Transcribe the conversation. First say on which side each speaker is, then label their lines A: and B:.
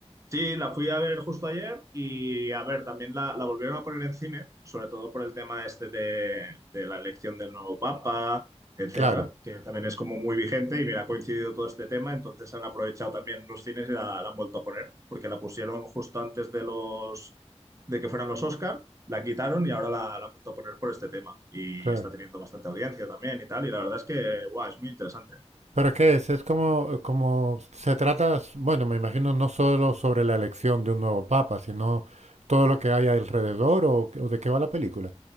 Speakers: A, on the right; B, on the right.
A: Sí, la fui a ver justo ayer y a ver, también la, la volvieron a poner en cine, sobre todo por el tema este de, de la elección del nuevo papa, etcétera,
B: Claro,
A: que también es como muy vigente y mira, ha coincidido todo este tema, entonces han aprovechado también los cines y la, la han vuelto a poner, porque la pusieron justo antes de los de que fueran los Oscar, la quitaron y ahora la, la han vuelto a poner por este tema y
B: claro.
A: está teniendo bastante audiencia también y tal, y la verdad es que, guau, es muy interesante.
B: ¿Pero qué es? Es como, como se trata, bueno, me imagino no solo sobre la elección de un nuevo papa, sino todo lo que hay alrededor o, o de qué va la película.